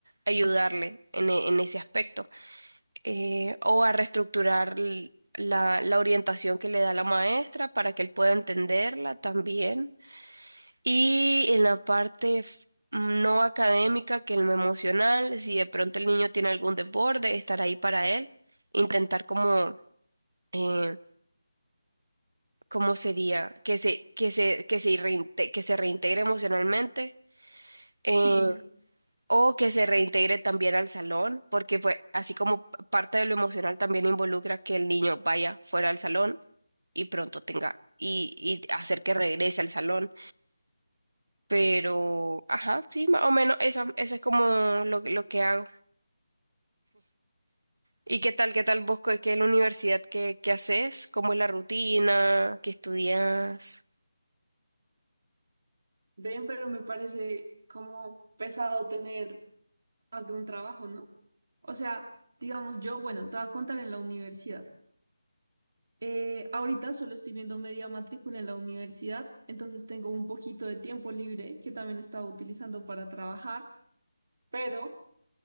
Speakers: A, on the right (about 75°); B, on the right (about 35°).
A: ayudarle en, e- en ese aspecto. Eh, o a reestructurar l- la, la orientación que le da la maestra para que él pueda entenderla también. Y en la parte f- no académica, que es lo emocional, si de pronto el niño tiene algún desborde, estar ahí para él, intentar como, eh, ¿cómo sería? Que se, que se, que se, reinte- que se reintegre emocionalmente, eh,
B: sí,
A: o que se reintegre también al salón, porque pues así como p- parte de lo emocional también involucra que el niño vaya fuera al salón y pronto tenga, y, y hacer que regrese al salón. Pero, ajá, sí, más o menos eso, eso es como lo, lo que hago. ¿Y qué tal, qué tal vos, qué qué es la universidad, qué, qué haces? ¿Cómo es la rutina? ¿Qué estudias?
B: ven, pero me parece como pesado tener más de un trabajo, ¿no? O sea, digamos, yo, bueno, te voy a contar en la universidad. Eh, ahorita solo estoy viendo media matrícula en la universidad, entonces tengo un poquito de tiempo libre que también estaba utilizando para trabajar, pero